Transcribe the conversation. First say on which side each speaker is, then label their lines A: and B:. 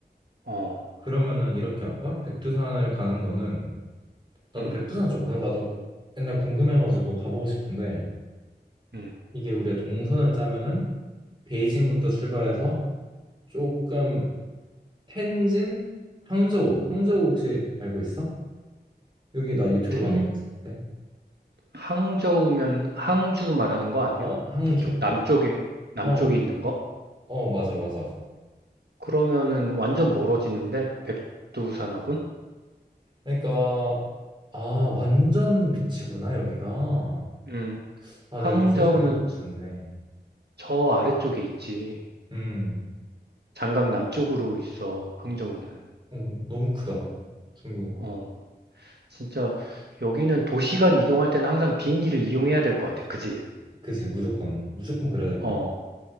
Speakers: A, on the right; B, on the right.
A: 어,
B: 그러면은 이렇게 할까? 백두산을 가는 거는, 나도
A: 음,
B: 백두산 좋거든. 나도 옛날 궁금해가지고 가보고 싶은데,
A: 음.
B: 이게 우리가 동선을 짜면은, 베이징부터 출발해서 조금 텐진, 항저우. 항저우 혹시 알고 있어? 여기 나 유튜브로
A: 텐,
B: 봤는데 괜찮은데?
A: 항저우면 항주 말하는 거 아니야?
B: 어, 항주.
A: 저쪽 남쪽에 남쪽에
B: 어,
A: 있는 거?
B: 어, 맞아, 맞아.
A: 그러면은 완전 멀어지는데 백두산하고는
B: 그러니까 아, 완전 미치구나, 여기가.
A: 음,
B: 아,
A: 항저우는
B: 내가 위치를 잘못 보고 있었네.
A: 저 아래쪽에 있지.
B: 음,
A: 장강 남쪽으로 있어, 항저우는.
B: 어, 너무 크다. 중국.
A: 어, 진짜 여기는 도시간 이동할 때는 항상 비행기를 이용해야 될 것 같아. 그지?
B: 그치, 무조건. 무조건 그래야 될
A: 어,
B: 것 같아.